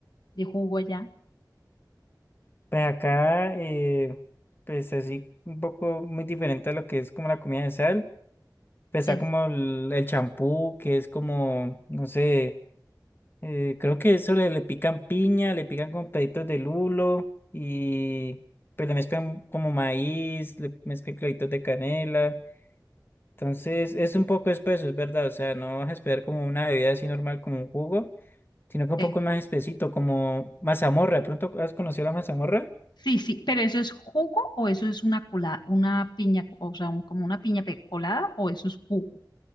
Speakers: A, on the left; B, on the left.
A: de jugo allá.
B: Pues acá, eh, pues así, un poco muy diferente a lo que es como la comida de sal. Pues
A: Sí,
B: está como el el champú, que es como, no sé, eh, creo que eso le, le pican piña, le pican con peditos de lulo y pues le mezclan como maíz, le mezclan claditos de canela. Entonces es un poco espeso, es verdad. O sea, no vas a esperar como una bebida así normal, como un jugo, sino que un
A: sí.
B: poco más espesito, como mazamorra. ¿De pronto has conocido la mazamorra?
A: Sí, sí, pero ¿eso es jugo o eso es una colada, una piña, o sea, un- como una piña pe- colada o eso es jugo?